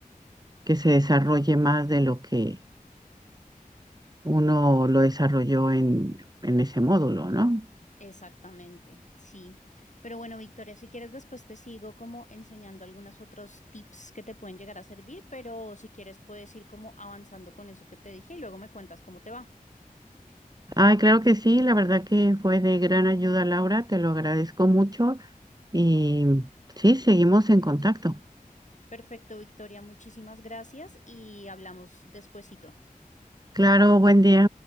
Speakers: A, on the right (about 25°); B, on the left (about 55°).
A: que se desarrolle más de lo que uno lo desarrolló en, en ese módulo, ¿no?
B: Exactamente, sí. Pero bueno, Victoria, si quieres después te sigo como enseñando algunos otros tips que te pueden llegar a servir, pero si quieres puedes ir como avanzando con eso que te dije y luego me cuentas cómo te va.
A: Ay, claro que sí, la verdad que fue de gran ayuda, Laura, te lo agradezco mucho y sí, seguimos en contacto.
B: Perfecto, Victoria, muchísimas gracias y hablamos despuesito.
A: Claro, buen día.